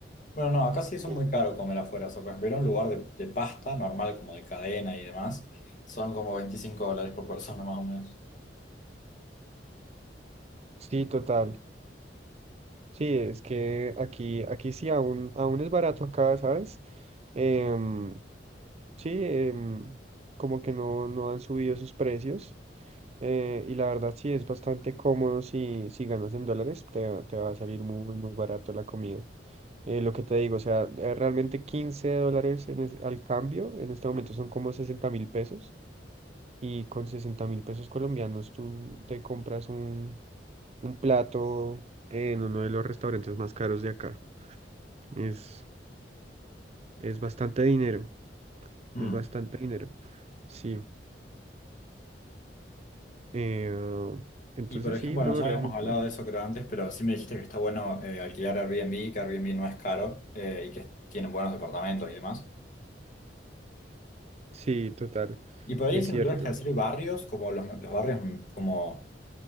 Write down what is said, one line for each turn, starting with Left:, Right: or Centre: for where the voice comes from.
Left: Bueno, no, acá se hizo
Right: Sí.
Left: muy caro comer afuera, o sea, por ejemplo, ir a un lugar de, de pasta normal, como de cadena y demás, son como 25 dólares por persona más o menos.
Right: Sí, total. Sí, es que aquí, aquí sí aún, aún es barato acá, ¿sabes? Em, Sí, em, como que no, no han subido sus precios. eh, y la verdad sí es bastante cómodo si, si ganas en dólares, te, va te va a salir muy, muy barato la comida. Eh, lo que te digo, o sea, eh, realmente 15 dólares en es- al cambio, en este momento son como sesenta mil pesos. Y con sesenta mil pesos colombianos tú te compras un, un plato en uno de los restaurantes más caros de acá. Es, es bastante dinero,
Left: Hmm.
Right: es bastante dinero. Sí. Eh, entonces
Left: Y por ejemplo,
Right: sí,
Left: bueno,
Right: no,
Left: ya
Right: realmente.
Left: habíamos hablado de eso creo antes, pero sí me dijiste que está bueno eh, alquilar Airbnb, que Airbnb no es caro eh, y que tienen buenos departamentos y demás.
Right: Sí, total.
Left: Y por ahí
Right: Es
Left: si
Right: cierto.
Left: me tuvieras que decir barrios, como los, los barrios mm, como,